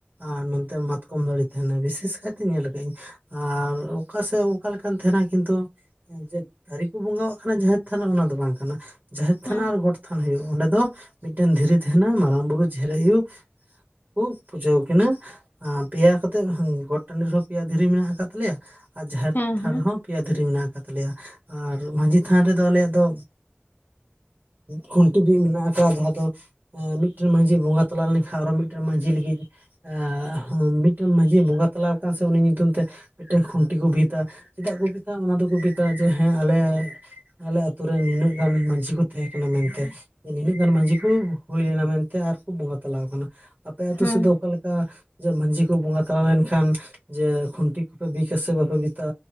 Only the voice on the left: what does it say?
ᱦᱮᱸ
ᱦᱮᱸ
ᱦᱮᱸ
ᱦᱮᱸ